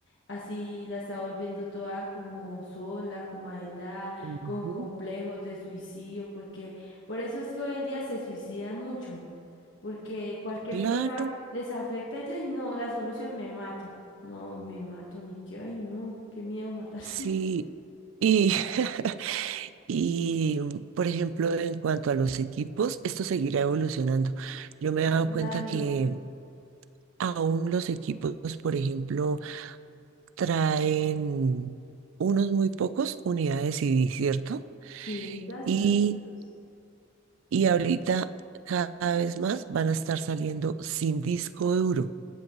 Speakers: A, on the left; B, on the right.
A: Así la está volviendo toda como sola, como aislada,
B: Ujú.
A: con complejos de suicidio, porque por eso es que hoy en día se suicidan mucho, porque cualquier
B: Claro,
A: cosa les afecta y ay no, la solución me mato. No, me mato ni que, ay no, qué miedo matarse.
B: sí.
A: <laughs>
B: Y, <laughs> y, por ejemplo, en cuanto a los equipos, esto seguirá evolucionando. Yo me he dado
A: Claro,
B: cuenta que aún los equipos, por ejemplo, traen unos muy pocos unidades CD, ¿cierto?
A: sí, ya es
B: y
A: casi tos.
B: Y ahorita cada vez más van a estar saliendo sin disco duro,